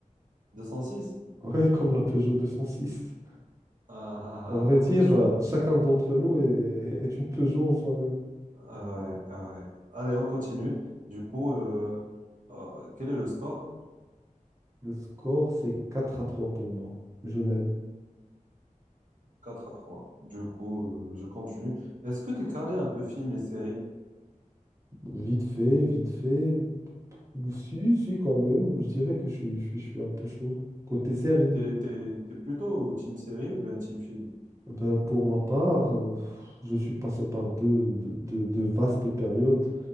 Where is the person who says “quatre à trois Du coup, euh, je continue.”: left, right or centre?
Right